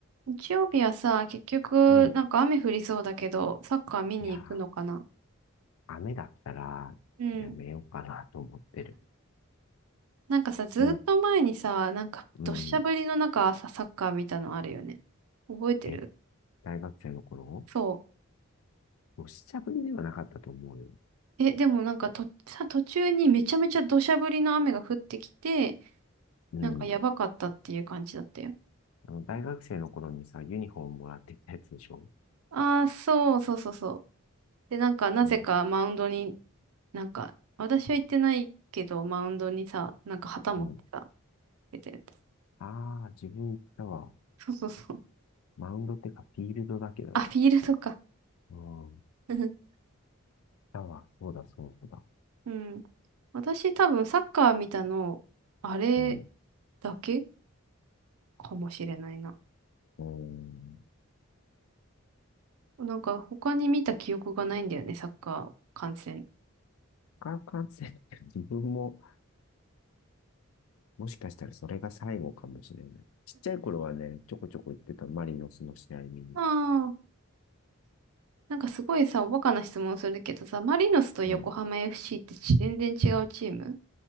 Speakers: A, on the right; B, on the left.
A: 日曜日はさ、結局、
B: うん。
A: なんか雨降りそうだけど、サッカー見に行くのかな
B: いやー、雨だったらやめようかなと思ってる。
A: うん。なんかさ、ずっと前にさ、
B: でも、
A: なんか、
B: うん。
A: どっしゃ降りの中、さ、サッカー見たのあるよね。覚えてる
B: え、大学生の頃
A: そ
B: おしちゃぶりではなかったと思うよ。
A: う。え、でもなんかと、さ、途中にめちゃめちゃ土砂降りの雨が降ってきて、
B: うん。
A: なんかやばかったっていう感じだったよ。
B: あの、大学生の頃にさ、ユニフォームもらってきたやつでしょ
A: ああ、そうそうそうそう。で、なんか、なぜかマウンドに、
B: うん。
A: なんか、私は行ってないけど、マウンドにさ、なんか旗持ってさ、
B: うん。
A: 出てた。
B: ああ、自分行ったわ。
A: そうそうそう。
B: マウンドってか、フィールドだけどね。
A: あ、フィールドか。
B: うん。行っ
A: <laughs>
B: たわ。そうだ、そうだ。
A: うん。<laughs> 私多分サッカー見たの、あれ
B: うん。
A: だけかもしれないな。
B: うん。
A: なんか他に見た記憶がないんだよね、サッカー観戦。
B: 化学感染って自分ももしかしたらそれが最後かもしれない。ちっちゃい頃はね、ちょこちょこ行ってたマリノスの試合見に。
A: ああ、なんかすごいさ、おバカな質問するけどさ、マリノスと横浜
B: うん、
A: FC って全然違うチーム